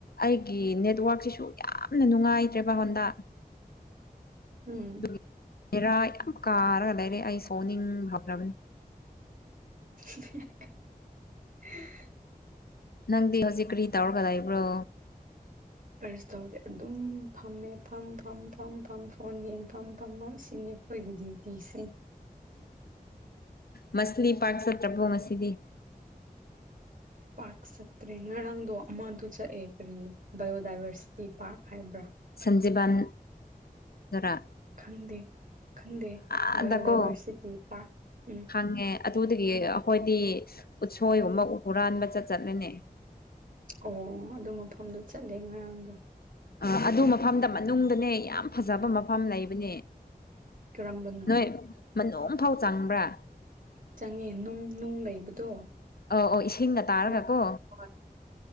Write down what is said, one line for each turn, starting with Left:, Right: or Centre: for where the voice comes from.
Left: ꯑꯩꯒꯤ ꯅꯦꯠꯋꯥꯛꯛꯁꯤꯁꯨ ꯌꯥꯝꯅ ꯅꯨꯡꯉꯥꯏꯇ꯭ꯔꯦ ꯍꯣꯟꯗ
Right: ꯎꯝ
Left: ꯑꯗꯨꯒꯤ ꯕꯦꯔꯥ ꯌꯥꯝ ꯀꯥꯔꯒ ꯂꯩꯔꯦ ꯑꯩ ꯁꯣꯛꯅꯤꯡ ꯐꯞꯕꯅꯤ
Right: <unintelligible>
Left: ꯅꯪꯗꯤ ꯍꯧꯖꯤꯛ ꯀꯔꯤ ꯇꯧꯔꯒ ꯂꯩꯕ꯭ꯔꯣ꯫
Right: ꯀꯔꯁꯨ ꯇꯧꯗꯦ ꯑꯗꯨꯝ ꯐꯝꯃꯦ ꯐꯝ ꯐꯝ ꯐꯝ ꯐꯝ ꯐꯣꯟ ꯌꯦꯡ ꯐꯝ ꯐꯝ ꯐꯝ ꯁꯤꯅꯤ ꯑꯩꯈꯣꯏꯒꯤ ꯗꯤꯇꯤꯁꯦ
Left: ꯃꯁꯂꯤ ꯄꯥꯛ ꯆꯠꯇ꯭ꯔꯕꯣ ꯉꯁꯤꯗꯤ꯫
Right: ꯄꯥꯔꯛ ꯆꯠꯇ꯭ꯔꯦ ꯉꯔꯥꯡꯗꯣ ꯑꯃꯗ ꯆꯠꯑꯦ ꯀꯔꯤ ꯕꯥꯏꯑꯣꯗꯥꯏꯚꯔꯁꯤꯇꯤ ꯄꯥꯔꯛ ꯍꯥꯏꯕ꯭ꯔꯥ꯫
Left: ꯁꯟꯖꯤꯕꯥꯟ ꯗꯨꯔꯥ
Right: ꯈꯪꯗꯦ ꯈꯪꯗꯦ
Left: ꯑꯥꯗꯀꯣ
Right: ꯕꯥꯏꯑꯣꯗꯥꯏꯚꯔꯁꯤꯇꯤ ꯄꯥꯛ ꯎꯝ
Left: ꯍꯪꯉꯦ ꯑꯗꯨꯗꯒꯤ ꯑꯩꯈꯣꯏꯗꯤ ꯎꯠꯁꯣꯏꯒꯨꯝꯕ ꯍꯨꯔꯥꯟꯕ ꯆꯠ ꯆꯠꯂꯦꯅꯦ
Right: ꯑꯣ ꯑꯗꯨ ꯃꯐꯝꯗꯣ ꯆꯠꯂꯦ ꯉꯔꯥꯡꯗꯣ
Left: ꯑ ꯑꯗꯨ ꯃꯐꯝꯗ ꯃꯅꯨꯡꯗꯅꯦ ꯌꯥꯝ ꯐꯖꯕ ꯃꯐꯝ ꯂꯩꯕꯅꯦ
Right: ꯀꯔꯝꯕꯅꯣ
Left: ꯅꯣꯏ ꯃꯅꯨꯡ ꯐꯥꯎ ꯆꯪꯕ꯭ꯔꯥ
Right: ꯆꯪꯉꯦ ꯅꯨꯡ ꯅꯨꯡ ꯂꯩꯕꯗꯣ
Left: ꯑꯣ ꯑꯣ ꯏꯁꯤꯡꯒ ꯇꯥꯔꯒ
Right: ꯅꯨꯡ
Left: ꯀꯣ
Right: ꯍꯣꯏ